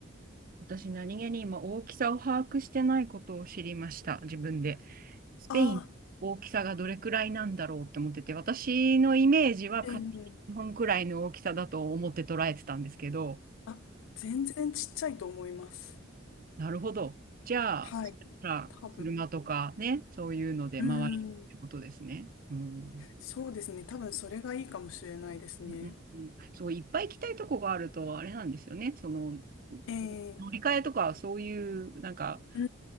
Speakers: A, on the right; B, on the left.
A: 私、何気に今、大きさを把握してないことを知りました、自分で。スペイン、
B: ああ、
A: 大きさがどれくらいなんだろうって思ってて、私のイメージは勝手に日本くらいの大きさだと思って捉えてたんですけど、
B: ええあ、全然ちっちゃいと思います。
A: なるほど。じゃあ、
B: はい、
A: そしたら車とかね、
B: 多分。
A: そういうので回るってことですね。
B: うん、
A: うん。
B: そうですね、多分それがいいかもしれないですね。
A: うんうんうん、そう、いっぱい行きたいとこがあると、あれなんですよね。その、
B: ええ
A: 乗り換えとか、そういう、なんか、
B: う